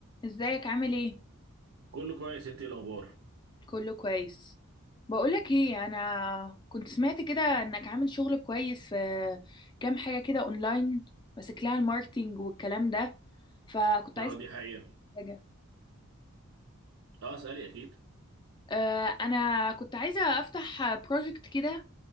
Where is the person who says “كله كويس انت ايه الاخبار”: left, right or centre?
Right